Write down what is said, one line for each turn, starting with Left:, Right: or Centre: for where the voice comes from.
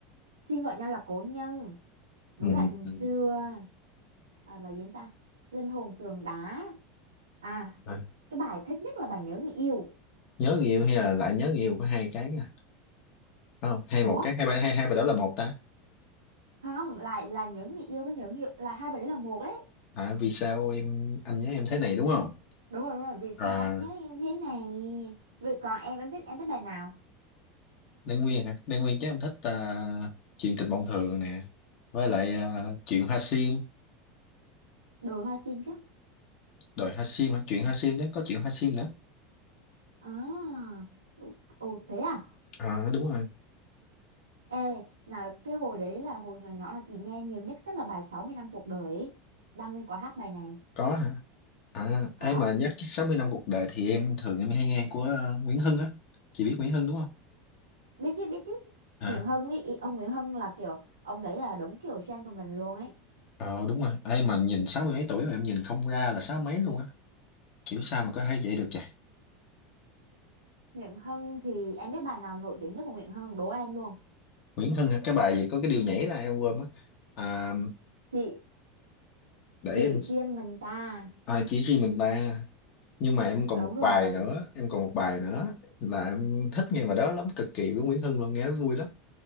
Right: xin gọi nhau là cố nhân nối
Left: Ừ.
Right: lại tình xưa
Left: ừ.
Right: à, bài gì nữa ta linh hồn tường đá à
Left: À,
Right: cái bài thích nhất là bài nhớ người yêu
Left: nhớ người yêu hay là lại nhớ người yêu có hai cái nha. Phải Không, hay
Right: ủa
Left: một cái hai ba hai hai bài đó là một ta.
Right: không lại là nhớ người yêu với nhớ người yêu là hai bài đấy là một đấy
Left: À, vì sao em anh nhớ em thế này đúng không?
Right: đúng rồi đúng rồi vì sao
Left: À,
Right: anh nhớ em thế này vì còn em em thích em thích bài nào
Left: Đan Nguyên hả? Đan Nguyên chứ em thích à, chuyện tình mộng thường nè, với lại à, chuyện hoa sim,
Right: đồi hoa sim chứ
Left: đòi hoa sim hả? Chuyện hoa sim chứ có chuyện hoa sim nữa.
Right: à ồ ồ, thế à
Left: À, đúng rồi,
Right: Ê, mà cái hồi đấy là hồi nhỏ nhỏ là chị nghe nhiều nhất chắc là bài 60 năm cuộc đời ấy. Đăng Nguyên có hát bài này.
Left: có hả? À,
Right: Có.
Left: ấy mà nhắc chắc 60 năm cuộc đời thì em thường em hay nghe của à, Nguyễn Hưng á, chị biết Nguyễn Hưng đúng không?
Right: Biết chứ, biết chứ.
Left: À,
Right: Nguyễn Hân ý, ý- ông Nguyễn Hân là kiểu ông đấy là đúng kiểu gentleman luôn ấy.
Left: ờ đúng rồi, ấy mà nhìn sáu mươi mấy tuổi rồi em nhìn không ra là sáu mấy luôn á, kiểu sao mà có thể vậy được trời.
Right: Nguyễn Hân thì em biết bài nào nổi tiếng nhất của Nguyễn Hân, đố em luôn.
Left: Nguyễn Hưng hả? Cái bài gì có cái điều nhảy ra em quên mất. À,
Right: Chị
Left: để
Right: chị
Left: em
Right: riêng mình ta.
Left: à, chỉ riêng mình ta nhưng mà em còn
Right: Đúng
Left: một
Right: rồi.
Left: bài nữa em còn một bài nữa là em thích nghe bài đó lắm cực kỳ với Nguyễn Hưng luôn nghe nó vui lắm